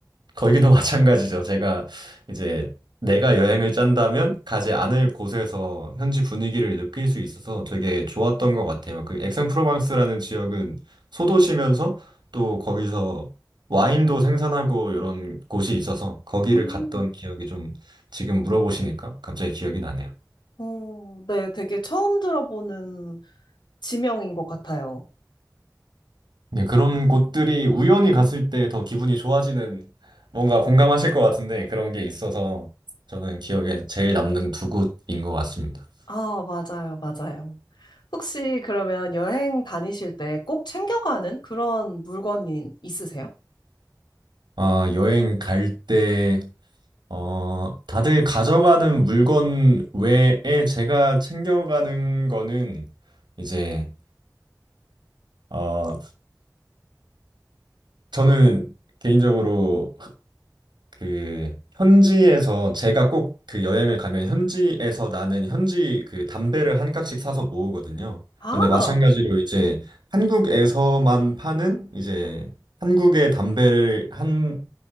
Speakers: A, on the right (about 85°); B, on the left (about 90°).
A: 거기도 <laughs> 마찬가지죠. 제가 이제 내가 여행을 짠다면 가지 않을 곳에서 현지 분위기를 느낄 수 있어서 되게 좋았던 것 같아요. 그 액상프로방스라는 지역은 소도시면서 또 거기서 와인도 생산하고 이런 곳이 있어서 거기를
B: 음.
A: 갔던 기억이 좀 지금 물어보시니까 갑자기 기억이 나네요.
B: 어, 네, 되게 처음 들어보는 지명인 것 같아요.
A: 네, 그런 곳들이 우연히 갔을 때 더 기분이 좋아지는 뭔가 공감하실 것 같은데 그런 게 있어서 저는 기억에 제일 남는 두 곳인 것 같습니다.
B: 아, 맞아요, 맞아요. 혹시 그러면 여행 다니실 때 꼭 챙겨가는 그런 물건이 있으세요?
A: 아, 여행 갈 때, 어, 다들 가져가는 물건 외에 제가 챙겨가는 거는 이제, 어, 저는 개인적으로 그 현지에서 제가 꼭 그 여행을 가면 현지에서 나는 현지 그 담배를 한 깍씩 사서 모으거든요.
B: 아,
A: 근데 마찬가지로 이제 한국에서만 파는 이제 한국의 담배를 한